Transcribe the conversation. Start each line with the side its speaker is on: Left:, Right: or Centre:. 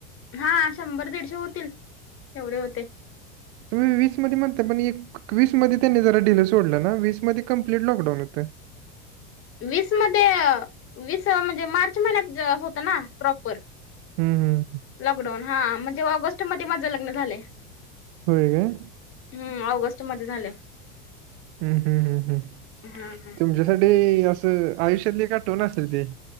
Left: हां शंभर दीडशे होतील, एवढे होते.
Right: तुम्हीं वीस मध्यें म्हणतां पणं एक वीस मध्यें त्यांनी जरां ढिलं सोडलं नां? वीस मध्यें कम्प्लीट लॉकडाऊंन होतं.
Left: वीस मध्यें वीस म्हणजे मार्च महिन्यांत होतं नां प्रॉपर.
Right: हम्म हम्म.
Left: लॉकडाऊंन हां म्हणजे ऑगस्ट मध्यें माझं लग्नं झालंय.
Right: होयं कायं?
Left: हम्मं ऑगस्ट मध्यें झालंय.
Right: हम्मं हम्मं हम्मं हम्मं
Left: हा हा
Right: तुमच्यांसाठी असं आयुष्यांतली एक आठवणं असेल ती.